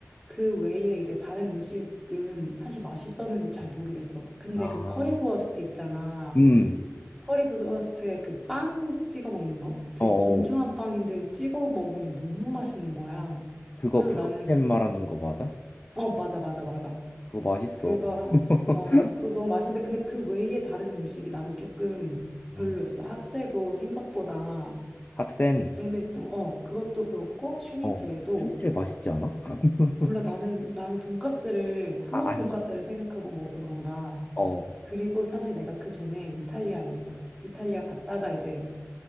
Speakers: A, in the centre; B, on the left.
A: 그 외에 이제 다른 음식은 사실 맛있었는지 잘 모르겠어. 근데
B: 아,
A: 그 커리부어스트 있잖아.
B: 음.
A: 커리브스트에 그 빵 찍어 먹는 거? 되게
B: 어, 어.
A: 건조한 빵인데 찍어 먹으면 너무 맛있는 거야.
B: 그거
A: 그래서
B: 브로텐
A: 나는
B: 말하는 거 맞아?
A: 어 맞아 맞아 맞아
B: 그거 맛있어.
A: 그거랑
B: <laughs>
A: 맞아 그거 너무 맛있는데 근데 그 외에 다른 음식이 나는 조금 별로였어.
B: 음.
A: 학세도 생각보다
B: 학생,
A: 애매했던 어 그것도 그렇고 슈니첼도
B: 어, 슈니첼 맛있지 않아? <laughs>
A: 몰라 나는 나는 돈까스를 한국
B: 아, 안
A: 돈까스를 생각하고 먹어서 그런가.
B: 어.
A: 그리고 사실 내가 그 전에 이탈리아에 있었어. 이탈리아 갔다가 이제